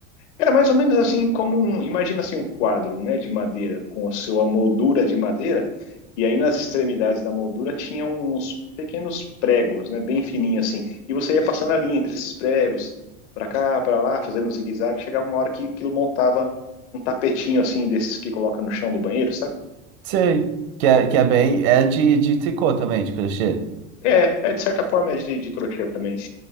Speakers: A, on the left; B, on the right.
A: Era mais ou menos assim como um, imagina assim um quadro, né, de madeira com a sua moldura de madeira, e aí nas extremidades da moldura tinha uns pequenos pregos, né, bem fininho assim, e você ia passando a linha entre esses pregos, para cá, para lá, fazendo um zigue-zague, chegava uma hora que aquilo montava um tapetinho assim desses que coloca no chão do banheiro, sabe?
B: Sei. Que é, que é bem. É de, de tricô também, de crochê.
A: É, é de certa forma é de, de crochê também.